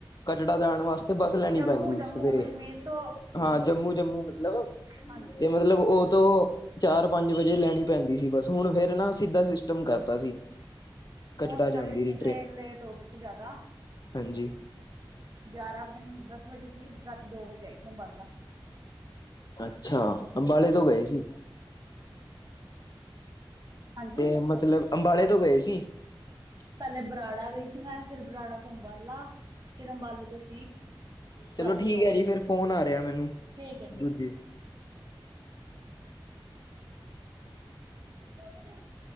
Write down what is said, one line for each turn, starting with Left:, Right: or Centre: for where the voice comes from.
Left: ਕਟੜਾ ਜਾਣ ਵਾਸਤੇ ਬੱਸ ਲੈਣੀ
Right: ਜੰਮੂ
Left: ਪੈਂਦੀ
Right: ਜੰਮੂ
Left: ਸੀ ਸਵੇਰੇ।
Right: ਕਸ਼ਮੀਰ ਤੋਂ
Left: ਹਾਂ ਜੰਮੂ-ਜੰਮੂ ਮਤਲਬ,
Right: ਹਾਂਜੀ
Left: ਤੇ ਮਤਲਬ ਉਹ ਤੋਂ ਚਾਰ-ਪੰਜ ਵਜੇ ਲੈਣੀ ਪੈਂਦੀ ਸੀ ਬਸ ਹੁਣ ਫੇਰ ਨਾ ਸਿੱਧਾ ਸਿਸਟਮ ਕਰਤਾ ਸੀ। ਕਟੜਾ
Right: ਉਹ ਤੇ
Left: ਜਾਂਦੀ
Right: ਸਾਡੀ
Left: ਸੀ
Right: ਟ੍ਰੇਨ ਲੇਟ ਹੋ ਗਈ ਸੀ ਜ਼ਿਆਦਾ।
Left: ਹਾਂਜੀ
Right: ਗਿਆਰਾਂ ਪਤਾ ਨੀ ਦਸ ਵਜੇ ਸੀ ਰਾਤੀ ਦੋ ਵਜੇ ਆਈ ਸੀ ਅੰਬਾਲਾ।
Left: ਅੱਛਾ, ਅੰਬਾਲੇ ਤੋਂ ਗਏ ਸੀ।
Right: ਹਾਂਜੀ
Left: ਤੇ ਮਤਲਬ ਅੰਬਾਲੇ ਤੋਂ ਗਏ ਸੀ।
Right: ਪਹਿਲੇ ਬਰਾੜਾ ਗਈ ਸੀ ਮੈਂ ਫੇਰ ਬਰਾੜਾ ਤੋਂ ਅੰਬਾਲਾ। ਫਿਰ ਅੰਬਾਲੇ ਤੋਂ ਸੀ।
Left: ਚਲੋ
Right: ਰਾਤੀ
Left: ਠੀਕ
Right: ਦੋ
Left: ਹੈ
Right: ਵਜੇ
Left: ਜੀ ਫੇਰ ਫੋਨ ਆ ਰਿਹਾ ਮੈਨੂੰ
Right: ਠੀਕ ਹੈ ਠੀਕ
Left: ਦੂਜੇ
Right: ਹੈ ਉਹਦੇ ਵਿੱਚ